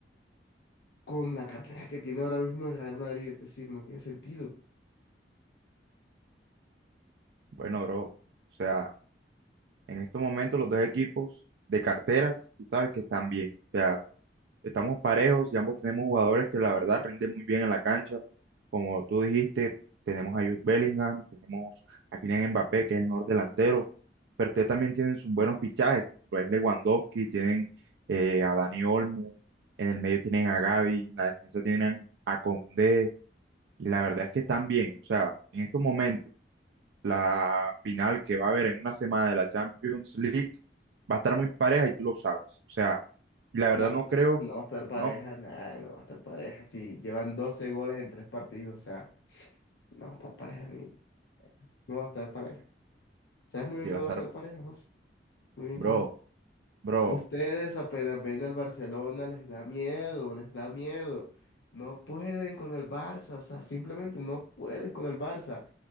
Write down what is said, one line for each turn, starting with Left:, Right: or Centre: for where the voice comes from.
Left: con la cartera que tiene ahora mismo el Real Madrid, es decir, no tiene sentido.
Right: Bueno, bro, o sea, en estos momentos los dos equipos de carteras, tú sabes que están bien. O sea, estamos parejos y ambos tenemos jugadores que la verdad rinden muy bien en la cancha. Como tú dijiste, tenemos a Jude Bellingham, tenemos a Kylian Mbappé, que es el mejor delantero, pero ustedes también tienen sus buenos fichajes, lo es Lewandowski, tienen eh, a Dani Olmo, en el medio tienen a Gavi, en la defensa tienen a Koundé, y la verdad es que están bien. O sea, en estos momentos, la final que va a haber en una semana de la Champions League va a estar muy pareja y tú lo sabes. O sea, y la verdad
Left: Nada,
Right: no creo,
Left: no, no va a estar pareja,
Right: no,
Left: nada, no va a estar pareja. Si llevan 12 goles en tres partidos, o sea, no va a estar pareja ni, no va a estar pareja. ¿Sabes muy bien
Right: que
Left: que
Right: va
Left: no
Right: a estar
Left: va a estar pareja, José? Muy bien
Right: Bro,
Left: que no.
Right: bro,
Left: Ustedes apenas ven al Barcelona, les da miedo, les da miedo. No pueden con el Barça, o sea, simplemente no pueden con el Barça.